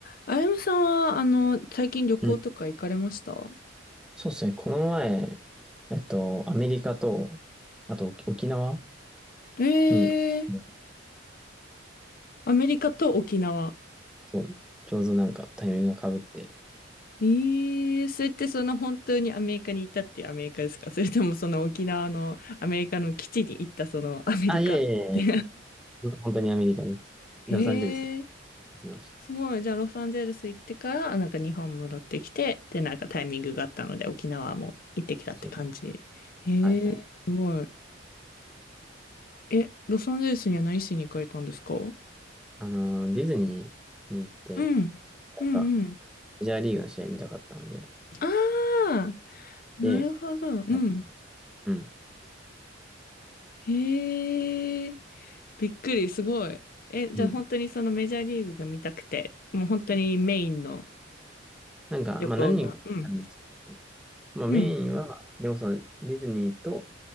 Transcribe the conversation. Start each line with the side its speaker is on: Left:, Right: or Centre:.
Left: あやむさんは、あの、最近旅行とか行かれました
Centre: うんそうですね。この前、えっと、アメリカと、あと沖沖縄
Left: え
Centre: に、
Left: えー
Centre: うん
Left: アメリカと沖縄。
Centre: そう、ちょうどなんかタイミングが被って。
Left: ええーそれってその本当にアメリカにいたっていうアメリカですか <laughs> それともその沖縄のアメリカの基地に行ったそのアメリカって
Centre: あ、いえいえいえ、本当にアメリカです。
Left: <laughs> へえ
Centre: ロサンゼルスに行きました。
Left: すごい。じゃあロサンゼルス行ってから、なんか日本戻ってきて、で、なんかタイミングがあったので沖縄も行ってきたって感じ。
Centre: そうそう。
Left: ええすごい。
Centre: はいはい。
Left: え、ロサンゼルスには何しに行かれたんですかう
Centre: あのー、ディズニーに行って、
Left: ん。
Centre: やっぱ
Left: うんうん。
Centre: メジャーリーグの試合見たかったので、
Left: ああ、なるほど。
Centre: で、
Left: うん。
Centre: はい。うん、
Left: へえ、びっくり、すごい。え、じゃあ本当にそのメジャーリーグが見たくて、
Centre: うん。
Left: もう本当にメインの
Centre: なんか、
Left: 旅行が。
Centre: まあ何人か行ったんですけど、
Left: うん。
Centre: まあメインは、
Left: うん。
Centre: でもそのディズニーと